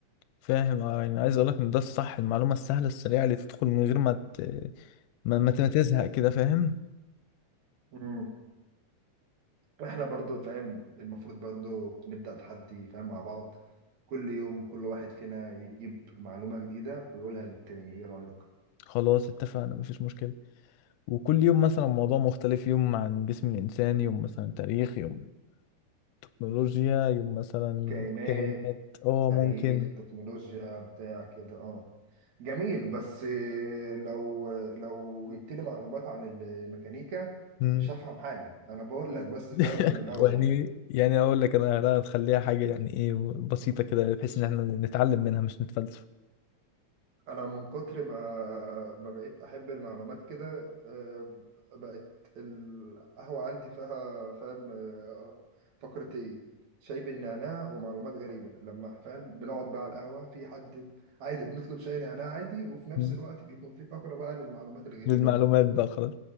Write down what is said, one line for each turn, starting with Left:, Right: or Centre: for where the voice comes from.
Left: فاهم اه يعني عايز اقول لك ان ده الصح المعلومه السهله السريعه اللي تدخل من غير ما ت... ما ما ت- ما تزهق كده فاهم
Right: امم احنا برضو فاهم المفروض برضو نبدا تحدي فاهم مع بعض كل يوم كل واحد فينا يجيب معلومه جديده ويقولها للتاني ايه رايك
Left: خلاص اتفقنا مفيش مشكله وكل يوم مثلا موضوع مختلف يوم عن جسم الانسان يوم مثلا تاريخ يوم تكنولوجيا يوم مثلا
Right: كائنات
Left: كائنات اه
Right: تاريخ
Left: ممكن
Right: تكنولوجيا بتاع كده اه جميل بس آه، لو لو جبت لي معلومات عن الميكانيكا
Left: مم.
Right: مش هفهم حاجة انا بقول لك بس
Left: <laughs>
Right: فاهم انا من اول
Left: ويعني
Right: يعني
Left: يعني اقول لك انا أنا هنخليها حاجه يعني ايه بسيطه كده بحيث ان احنا نتعلم منها مش نتفلسف
Right: انا من كتر ما ما بقيت احب المعلومات كده آه، بقت القهوه عندي فيها فاهم آه، فقره ايه شاي بالنعناع ومعلومات غريبه لما فاهم بنقعد بقى على القهوه في حد عادي بنطلب شاي نعناع عادي وفي نفس
Left: مم.
Right: الوقت بيكون في فقره بقى للمعلومات الغريبه
Left: للمعلومات
Right: بقى وكده
Left: بقى خلاص